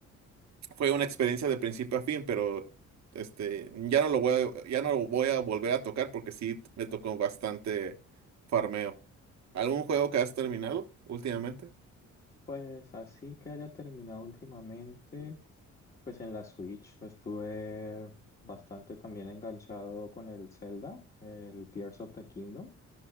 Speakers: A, on the right; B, on the left.
A: Fue una experiencia de principio a fin, pero este, ya no lo voy a, ya no lo voy a volver a tocar porque sí me tocó bastante farmeo. ¿Algún juego que has terminado últimamente?
B: Pues así que haya terminado últimamente, pues en la Switch estuve bastante también enganchado con el Zelda, el Tears of the Kingdom.